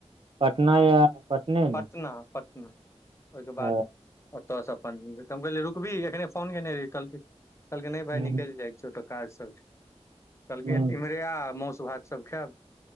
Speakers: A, on the right; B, on the left.
A: पटना या पटने
B: पटना
A: मे
B: पटना ओहि के
A: अ,
B: बाद ओतऽसँ अपन तऽ हम कहलियै रुकबही अखने फोन केने रहि कहलकै कहलकै नहि भाइ
A: हूँ
B: निकलि जाइ छौ त काज सभ छै। कहलकै
A: हूँ
B: इम्हरे आ मौस भातसभ खायब।